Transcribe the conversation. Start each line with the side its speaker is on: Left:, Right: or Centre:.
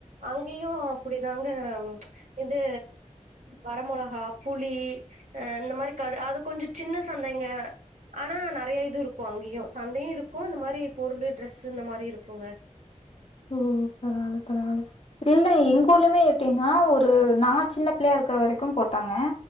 Right: அங்கியு அப்புடிதாங் இது வர மொளகா புளி அ இந்த மாரி கடு அது கொஞ்ச சின்ன சந்தைங்க அனா நறைய இது இருக்கு அங்கியு சந்தயு இருக்கு இந்த மாரி பொருளு ட்ரஸ் இந்த மாரி இருக்குங்க
Left: உ பரவால்ல பரவால்ல இல்ல எங்க
Right: ம்
Left: ஊர்லிமே எப் டின்னா ஒரு நா சின்ன பிள்ளையா இருக்கிற வரக்கு போட்டாங்க